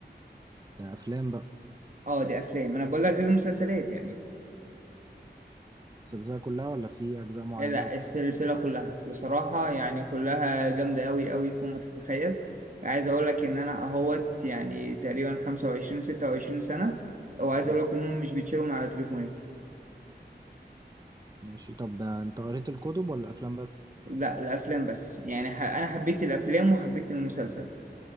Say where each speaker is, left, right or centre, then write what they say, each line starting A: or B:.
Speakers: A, on the right; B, on the right.
A: ده افلام بقى
B: أه دي أفلام أنا بقول لك غير المسلسلات يعني
A: السلسله كلها ولا في اجزاء معينه
B: آه، لا
A: بتحب
B: السلسلة كلها بصراحة يعني كلها جامدة أوي أوي فوق ما تتخيل عايز أقول لك إن أنا أهوت يعني تقريبا خمسة وعشرين ستة وعشرين سنة وعايز
A: م-
B: أقول لك إن هم مش بيتشالوا من على تليفوني
A: ماشي طب آه، انت قريت الكتب ولا افلام بس
B: لا الافلام بس يعني ح... انا حبيت الافلام وحبيت المسلسل